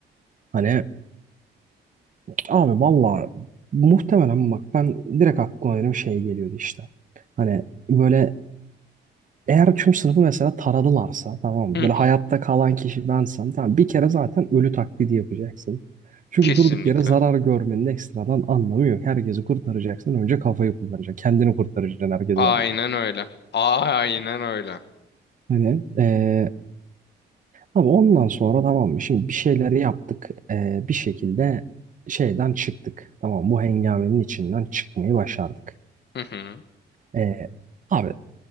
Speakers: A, on the right (about 40°); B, on the left (about 60°).
A: Hani Abi valla muhtemelen bak ben direkt aklıma benim şey geliyordu işte. Hani böyle eğer tüm sınıfı mesela taradılarsa tamam mı?
B: Hı hı.
A: Böyle hayatta kalan kişi bensem tamam bir kere zaten ölü taklidi yapacaksın. Çünkü
B: Kesinlikle.
A: durduk yere zarar görmenin ekstradan anlamı yok. Herkesi kurtaracaksın önce kafayı kullanacaksın. Kendini kurtaracaksın herkesten
B: Aynen
A: önce.
B: öyle. Aynen öyle.
A: Hani eee, ama ondan sonra tamam mı? Şimdi bir şeyleri yaptık. Eee, bir şekilde şeyden çıktık. Tamam bu hengamenin içinden çıkmayı başardık.
B: Hı hı.
A: Ee, abi